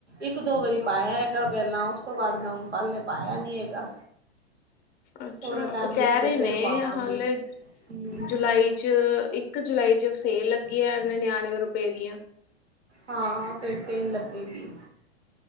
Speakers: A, on the right; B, on the left.
A: ਇੱਕ- ਦੋ ਵਾਰੀ ਪਾਇਆ ਹੈਗਾ। ਪਹਿਲਾਂ ਉਸ ਤੋਂ ਬਾਅਦ ਮੈਂ ਉਹਨੂੰ ਪਲੇ ਪਾਇਆ ਨੀ ਹੈਗਾ।
B: ਅੱਛਾ।
A: ਥੋੜਾ ਟਾਈਮ
B: ਉਹ ਕਹਿ
A: ਰੁਕ ਕੇ
B: ਰਹੇ ਨੇ
A: ਫੇਰ ਪਾਵਾਂਗੇ
B: ਹਾਲੇ
A: ਹੂੰ
B: ਜੁਲਾਈ ਚ ਇੱਕ ਜੁਲਾਈ ਚ ਸੇਲ ਲੱਗੀ ਹੈ। ਨਨਨਵੇਂ ਰੁਪਏ ਦੀਆਂ
A: ਹਾਂ, ਫਿਰ ਸੇਲ ਲੱਗੇਗੀ।